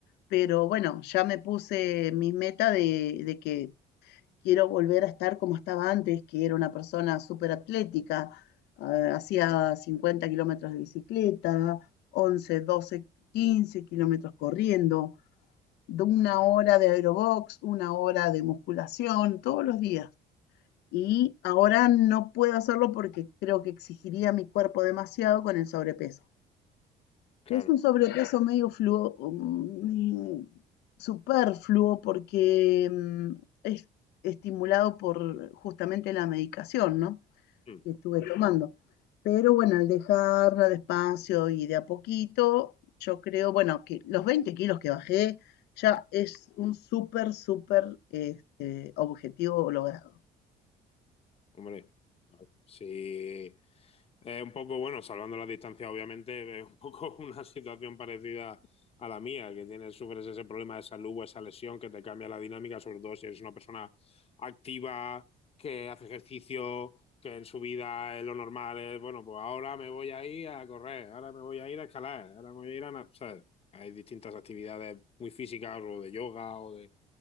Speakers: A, on the left; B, on the left.
A: pero bueno, ya me puse mi meta de, de que quiero volver a estar como estaba antes, que era una persona súper atlética, ah, hacía 50 kilómetros de bicicleta, 11, 12, 15 kilómetros corriendo, de una hora de aerobox, una hora de musculación, todos los días. Y ahora no puedo hacerlo porque creo que exigiría a mi cuerpo demasiado con el sobrepeso.
B: Claro,
A: Es un sobrepeso medio fluo, mm, superfluo porque mm, es estimulado por justamente la medicación, ¿no?
B: Mm,
A: Que estuve tomando. Pero bueno, al dejarla despacio y de a poquito, yo creo, bueno, que los 20 kilos que bajé ya es un súper, súper este, objetivo logrado.
B: hombre, sí, Es un poco, bueno, salvando las distancias, obviamente, <laughs> es un poco <laughs> una situación parecida a la mía, que tienes, sufres ese problema de salud o esa lesión que te cambia la dinámica, sobre todo si eres una persona activa, que hace ejercicio, que en su vida es lo normal, es, bueno, pues ahora me voy a ir a correr, ahora me voy a ir a escalar, ahora me voy a ir a... na- O sea, hay distintas actividades muy físicas o de yoga o de...